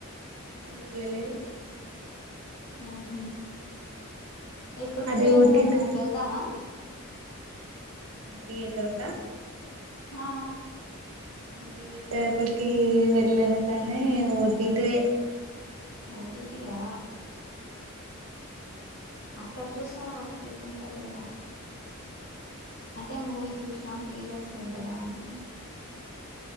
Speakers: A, on the right (about 70°); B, on the left (about 80°).
A: వెళ్ళలేదు
B: ఉహు ఎప్పుడు
A: అది
B: ఫ్రీ
A: ఓటీటీ
B: ఉన్నారు మరి వెళ్దామా
A: థియేటర్ క
B: హా
A: థియేటర్లకి వెళ్ళను కానీ ఓటిటి
B: ఓటీటీయా అక్కడ చూసే నా ఒక పిక్ ఉంటది కదా అంటే మూవీ చూసినా ఫీల్ వస్తాది కదా అని